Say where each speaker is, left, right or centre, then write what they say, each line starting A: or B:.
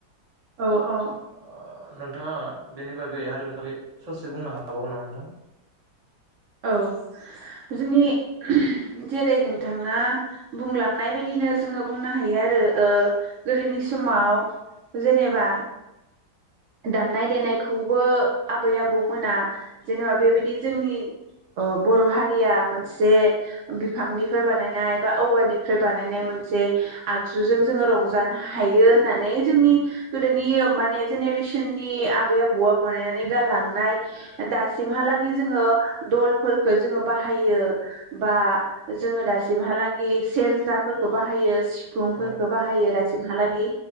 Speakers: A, on the right; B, on the right.
A: औ औ
B: ओ नोंथाङा बेनि बागै हारिमुनि बागै ससे बुंनो हाबावगोन नामा नोंथां
A: औ जोंनि जेरै नोंथाङा बुंलांनाय बायदिनो जोङो बुंनो हायो आरो ओ गोदोनि समाव जेनेबा दामनाय देनायखौबो आबै आबौ मोना जेनेबा बेबायदि जोंनि औ बर' हारिया मोनसे बिफांनिफ्राय बानायनाय बा औवानिफ्राय बानायनाय मोनसे आगजुजों जोङो रंजानो हायो होननानै जोंनि गोदोनि माने जेनेरेसननि आबै आबौआ बानायनानै गालांनाय दासिमहालागै जोङो दलफोरखो जोङो बाहायो बा जोङो दासि सिमहालागै सेरजाफोरखौ बाहायो सि फुंफोरखौ
B: औ
A: बाहायो राय सिमहालागि